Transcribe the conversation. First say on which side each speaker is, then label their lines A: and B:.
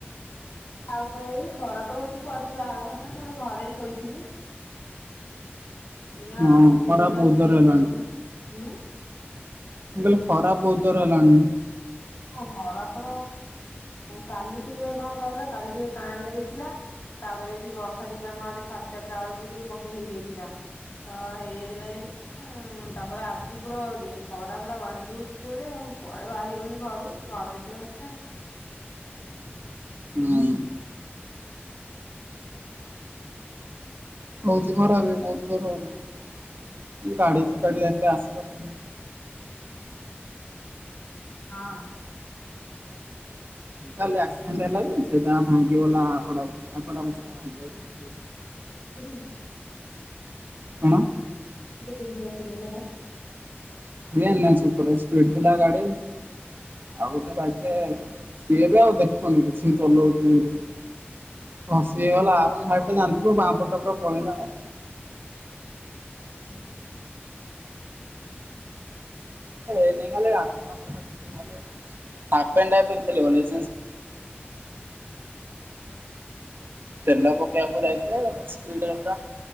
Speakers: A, on the left; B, on the right.
A: ଆଉ କଣ ଏ ଖରା ତ ହଉଚି କୁଆଡେ ଯଏନି ଖାଲି ଘରେ ଶୋଇଥିଲି। ଏଇନା
B: ହଁ
A: ଉଠି
B: ଖରା
A: ଏଇନା
B: ବହୁତ
A: ଉଠିି
B: ଜୋର ହେଲାଣି
A: ବାସଣ ହୁଁ?
B: ମୁଁ କହିଲି ଖରା ବହୁତ ଜୋରେ ହେଲାଣି।
A: ହଁ ଖରା ତ କାଲି ଟିକେ କଣ କହିଲ କାଲି ଟିକେ କାଁଳିଆ ଦେଇଥିଲା। ତାପରେ ବି ବର୍ଷା ଟିକେ ଆମ ଆଡେ ସାଢେ଼ ଚାରିଟା ବେଳକୁ ଟିକେ ପକେଇ ହେଇଯାଇଥିଲା। ହଁ ହେଇଯାଇଥିଲା <unintelligible> ହୁଁ ତାପରେ ଆଜି ପୁରା ଖରା ପୁରା ବାଡଉଛି ଯୋରେ ଆଉ କୁଆଡେ ବାହାରି ହଉନି ଘ <unintelligible> ଘର ଭିତରେ ଅଛି ଆଉ।
B: ହୁଁ। ହଉଛି ଖରା ଏବେ ବହୁତ ଯୋର ହଉଛି ଗାଡ଼ି
A: ହଁ
B: ଫାଡ଼ି ଏତେ ଆସିନି। ଆସିନି।
A: ହଁ।
B: କାଲି ଆକ୍ସିଡେଣ୍ଟ ହେଲା ଯେ ସେଇଟା ଭାଙ୍ଗିଗଲା କଟା ପଛ <unintelligible>
A: କୋଉଠି?
B: କଣ?
A: କୋଉଠି ଆକ୍ସିଡେଣ୍ଟ ହେଲା।
B: ଏ ଏନ୍ ଏଚ ଉପର ସ୍ପିଡ ଥିଲା ଗାଡି। ଆଉ ଗୋଟେ ବାଇକ ଟେ ସିଏ ବି ଆଉ ଦେଖୁନି କିଛି ଚଲଉଛି ଯେମିତି ଭସି ହେଇଗଲା ଆର ସାଇଟ୍ ଟା ଜାଣିଥିବ ବାଁ ପଟ ଟା ପୁରା ପଳେଇଲା ଆଉ।
A: ହୁଁ, ହୁଁ।
B: <inaudible> ହାପ୍ ପେଣ୍ଟ ପିନ୍ଧିଥିଲି ବୋଲି <inaudible> ତେଲ ପକେଇବାକୁ ଯାଇଥିଲୁ, ସ୍ପିଡରେ ପୁରା